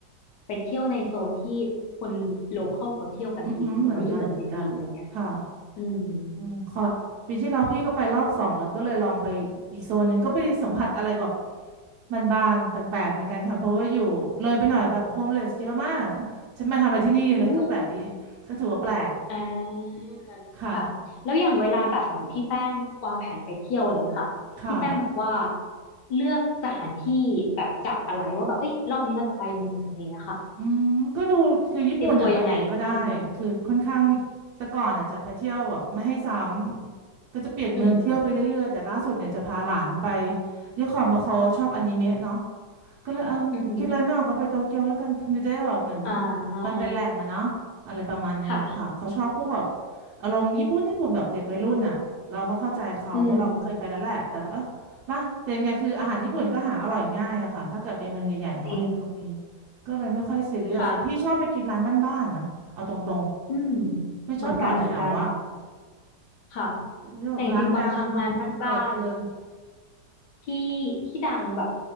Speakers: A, on the left (about 70°); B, on the right (about 70°).
A: ไปเที่ยวในโซนที่คนโลคอลเขาเที่ยวกันจริงหรือว่าอยู่กันจริงๆอะไรเงี้ย
B: อือหือเหมือนกันเหมือนกันค่ะ
A: อืม
B: อืมขอปีที่แล้วพี่ก็ไปรอบสองแล้วก็เลยลองไปอีกโซนหนึงก็ไปสัมผัสอะไรแบบ
A: ค่ะ
B: บานๆแปลกๆเหมือนกันค่ะเพราะว่าอยู่เลยไปหน่อยแบบโฮมเลสเยอะมาก <laughs> ฉันมาทำอะไรที่นี่เลยก็แปลกดี
A: อู้
B: ก็ถือว่าแปลก
A: อ่า
B: ค่ะ
A: ค่ะแล้วอย่างเวลาแบบเหมือนพี่แป้งวางแผนไปเที่ยวอะไรเงี้ยค่ะพี่แป้งแบบว่า
B: ค่ะ
A: เลือกสถานที่แบบจากอะไรว่าแบบเอ้ยรอบนี้เราจะไปเมืองไหนอะไรเงี้ยค่ะ
B: อืมก็ดูคือญี่ปุ่นอ่ะไปไหนก็ได้คือค่อนข้าง
A: เตรียมตัวยังไงอืม
B: แต่ก่อนอ่ะจะไปเที่ยวแบบไม่ให้ซ้ำก็จะเปลี่ยนเมืองเที่ยวไปเรื่อยๆแต่ล่าสุดเนี่ยจะพาหลานไป
A: อืม
B: ด้วยความว่าเขาชอบอนิเมะเนาะ ก็เลยเอาคิดอะไรไม่ออกก็ไปโตเกียวแล้วกันเดี๋ยวจะได้แบบเหมือน
A: อือหืออ่า
B: มันเป็นแหล่งอะเนาะอะไรประมาณนึงค่ะเขาชอบพวกแบบ
A: ค่ะ
B: อารมณ์ญี่ปุ่นญี่ปุ่นแบบเด็กวัยรุ่นอะเราก็เข้าใจเขาเราเคยไปแล้วแหละแต่เราเออป่ะแต่ยังไงคืออาหารญี่ปุ่นก็หาอร่อยง่ายอะค่ะถ้าเกิดไปเมืองใหญ่ๆเนาะยังก็มี
A: อืมจริง
B: ก็เลยไม่ค่อยซีเรียสแต่พี่ชอบไปกินร้านบ้านๆนะเอาตรง
A: ค่ะอืม
B: ๆไม่ชอบต่อแถว
A: เหมือนกันเหมือนกันค่ะ
B: อะที่แบบร้านดัง
A: แต่จริงๆบางครั้งร้านบ้านๆ
B: โหดเกิน
A: ที่ที่ดังแบบ